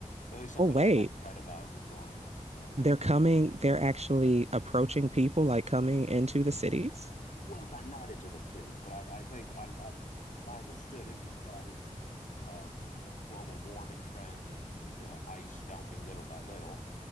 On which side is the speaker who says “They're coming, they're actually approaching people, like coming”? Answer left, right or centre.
Right